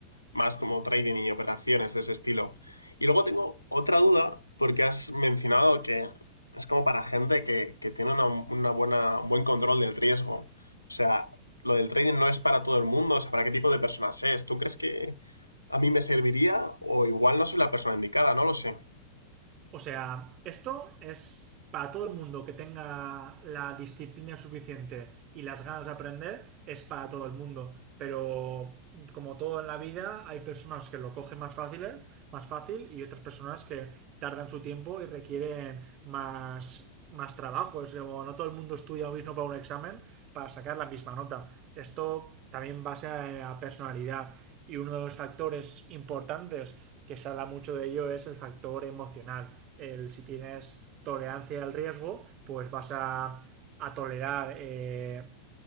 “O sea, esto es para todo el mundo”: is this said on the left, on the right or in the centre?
Right